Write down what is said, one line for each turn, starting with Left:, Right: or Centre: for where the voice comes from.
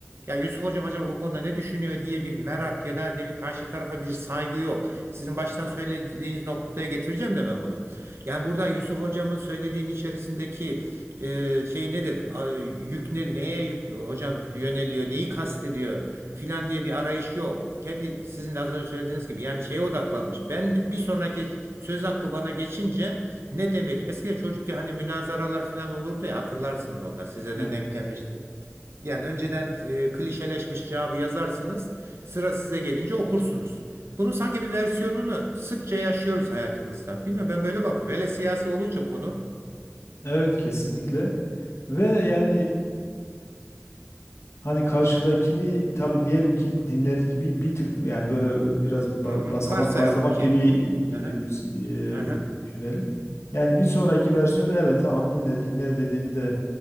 Right: ya Yusuf hocam acaba bu konuda ne düşünüyor diye bir merak ya da ne bir karşı tarafa bir saygı yok. Sizin baştan söylediğiniz noktaya getireceğim de ben bunu. Yani burada Yusuf hocamın söylediğin içerisindeki e, şey nedir? A- Yük ne, neye yük hocam yöneliyor, neyi kastediyor filan diye bir arayış yok kendi sizin de az önce söylediğiniz gibi yani şeye odaklanmış. Ben bir sonraki söz hakkı bana geçince ne demeliyim? Eskiden çocukken hani münazaralar falan olurdu ya hatırlarsınız onlar. Size
Left: Evet.
Right: de denk gelmiştir. Yani önceden e, klişeleşmiş cevabı yazarsınız. Sıra size gelince okursunuz. Bunun sanki bir versiyonunu sıkça yaşıyoruz hayatımızda. Bilmiyorum ben böyle bakıyorum. Hele siyasi olunca konu.
Left: Evet, kesinlikle. Ve yani Hani karşıdakini tabii diyelim ki dinledik bir bir tık yani böyle biraz ba-
Right: Hı hı.
Left: basamak
Right: Varsayalım
Left: basamak
Right: ki.
Left: gibi gidiyoruz
Right: Hı hı.
Left: eee,
Right: Hı hı.
Left: düşünelim. Yani bir sonraki versiyonda evet tamam dinledik ne dediğini de